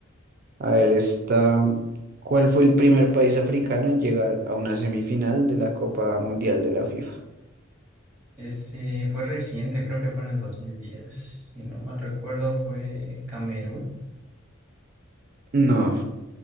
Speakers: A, on the right; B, in the centre.
A: A ver, esta. ¿Cuál fue el primer país africano en llegar a una semifinal de la Copa Mundial de la FIFA?
B: Ese fue reciente, creo que fue en el 2010. Si no mal recuerdo, fue Camerún.
A: No,